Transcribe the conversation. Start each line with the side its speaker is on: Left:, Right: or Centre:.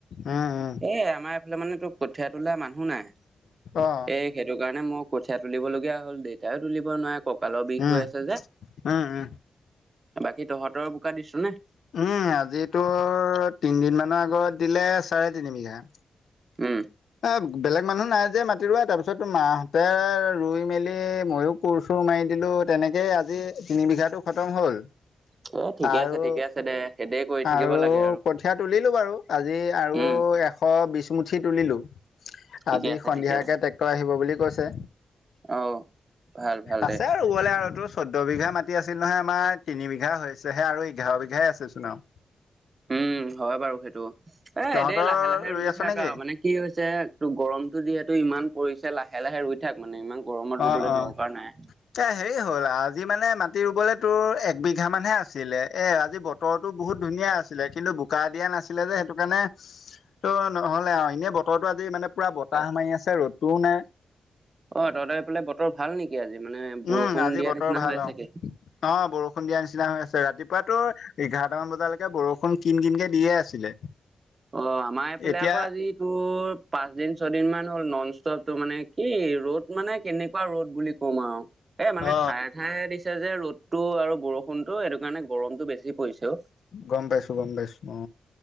Left: উম উম
Right: এ, আমাৰ এইফালে মানে তো কঠীয়া তোলা মানুহ নাই।
Left: অ
Right: এ সেইটো কাৰণে মই কঠীয়া তুলিবলগীয়া হ'ল দেউতাইও তুলিব নোৱাৰে কঁকালৰ বিষ
Left: উম
Right: হৈ আছে যে।
Left: উম, উ।
Right: কি তহঁতৰ বোকা দিছো নে?
Left: উম, আজিতো তিনিদিন মানৰ আগত দিলে চাৰে তিনি বিঘা।
Right: উম।
Left: এ বেলেগ মানুহ নাই যে মাতি ৰুৱা তাৰপিছতো মাহঁতে ৰুই মেলি মইও কোৰ চুৰ মাৰি দিলো তেনেকেই আজি তিনি বিঘাতো খতম হ'ল।
Right: <unintelligible>
Left: আৰু,
Right: আছে ঠিকে আছে দে সেইদে কৰি থাকিব
Left: আৰু
Right: লাগে
Left: কঠিয় তুলিলো বাৰু আজি আৰু
Right: উম
Left: এ শ বিচ্ছ মুুঠি তুলিলো।
Right: ঠিকে
Left: আজি
Right: আছে
Left: সন্ধিয়াকে
Right: ঠিকে আছে
Left: ট্ৰেক্টৰ আহিব বুলি কৈছে।
Right: অ ভাল ভাল
Left: আছে
Right: দে
Left: আৰু ৰুৱলে আৰু তোৰ চৈধ্য বিঘা মাটি আছিল নহয় আমাৰ তিনি বিঘা হৈছেহে আৰু এঘাৰ বিঘাহ আছে চোন আৰু।
Right: উম, হয় বাৰু সেইটো
Left: তহঁতৰ
Right: এদেই লাহে লাহে ৰুই
Left: আছ
Right: থাক
Left: নেকি?
Right: আৰু মানে কি হৈছে তটো গৰমতো যিহেতু ইমান পৰিছে লাহে লাহে ৰুই থাক মানে ইমান গৰমত
Left: অ
Right: ৰুবলৈ
Left: অ
Right: দৰকাৰ নাই।
Left: এ হেৰি হ'ল আজি মানে মাটি ৰুবলৈ তোৰ এক বিঘা মানহে আছিলে এ আজি বতৰ তৰটো বহুত ধুনীয়া আছিলে কিন্তু বোকা দিয়া নাছিলে যে সেইটো কাৰণে, ত নহ'লে আহ এনেই বতৰৰতো আজি মানে পুৰা বতাহ মাৰি আছে ৰ'দতোও নাই।
Right: অ' তহঁতৰ হে ফালে বতৰ ভাল নেকি আজি মানে
Left: উম
Right: বৰষুণ
Left: আজি
Right: দিয়া
Left: বতৰ
Right: নিচিনা
Left: ভাল
Right: হৈ আছোগে?
Left: অ অ, বৰষুণ দিয়া নিচিনা হৈ আছে ৰাতিপুৱাতো এঘাৰটামান বজালৈকে বৰষুণ কিন কিনকে দিয়ে আছিলে।
Right: অ, আমাৰ এইফালে
Left: এতিয়া
Right: আকৌ আজি ত পাঁচ দিন ছয়দিন মান হ'ল নন ষ্টপ তটো মানে কি ৰ'দ মানে কেনেকুৱা ৰ'দ বুলি ক কম আৰু এ মানে
Left: অ
Right: ঠায়ে ঠায়ে দি ছে যে ৰ'দতটো আৰু বৰষুণতটো এইেইটো কাৰণে গৰমতটো বেছি পৰিছে অ',
Left: গম পাইছোঁ গম পাইছোঁ অ,